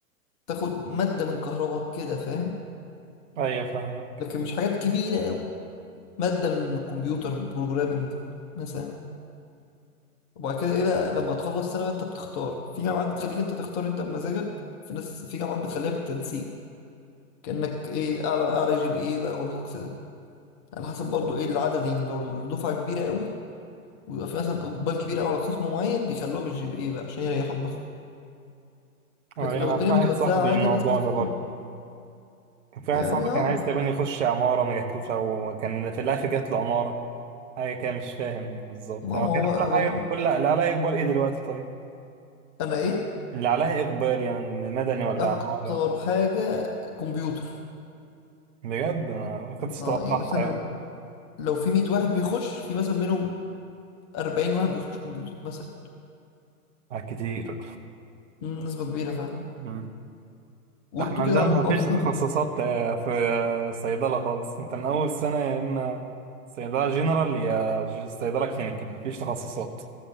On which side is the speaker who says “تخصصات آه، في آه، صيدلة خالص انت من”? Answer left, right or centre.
Right